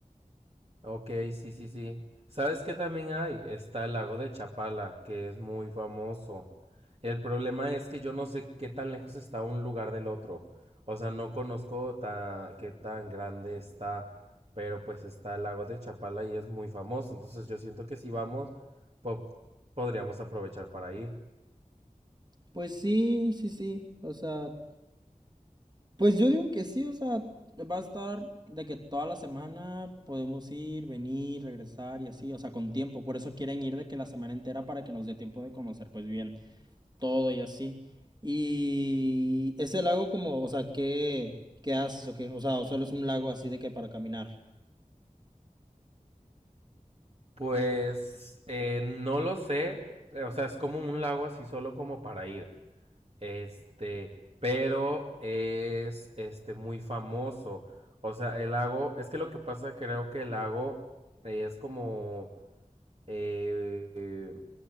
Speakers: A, on the right; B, on the right.
A: Ok, sí, sí, sí. ¿Sabes qué también hay? Está el lago de Chapala, que es muy famoso. El problema es que yo no sé qué tan lejos está un lugar del otro. O sea, no conozco ta- qué tan grande está, pero pues está el lago de Chapala y es muy famoso. Entonces yo siento que si vamos, po- podríamos aprovechar para ir.
B: Pues sí, sí, sí, o sea, pues yo digo que sí, o sea, va a estar de que toda la semana podemos ir, venir, regresar y así, o sea, con tiempo, por eso quieren ir de que la semana entera para que nos dé tiempo de conocer pues bien todo y así. Y ese lago como, o sea, ¿qué, qué haces o qué? O sea, o solo es un lago así de que para caminar.
A: Pues eh, no lo sé, eh, o sea, es como un lago así solo como para ir, este, pero es este muy famoso, o sea, el lago, es que lo que pasa creo que el lago eh, es como eh,